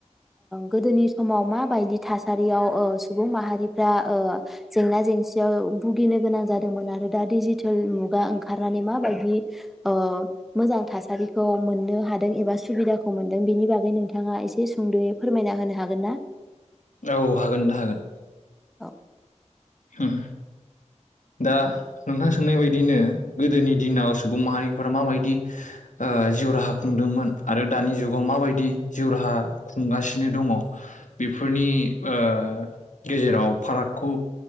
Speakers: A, in the centre; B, on the left.
A: गोदोनि समाव माबायदि थासारियाव सुबुं माहारिफ्रा जेंना जेंसियाव भुगिनो गोनां जादोंमोन आरो दा डिजिटेल गा ओंखारनानै माबायदि ओ मोजां थासारिखौ मोननो हादों एबा सुबिदाखौ मोनदों बेनि बागै नों थाङा एसे सुंदयै फोरमायना होनो हागोन ना।
B: औ हागोन नोंथां हागोन।
A: औ
B: उम दा नोंथां सोंनाय बायदिनो गोदोनि दिनाव सुबुं माहारिफोरा माबायदि ओ जिउ राहा खुंदोंमोन आरो दानि जुगाव माबायदि जिउ राहा खुंगासिनो दङ' बेफोरनि ओ गेजेराव आ फारागखौ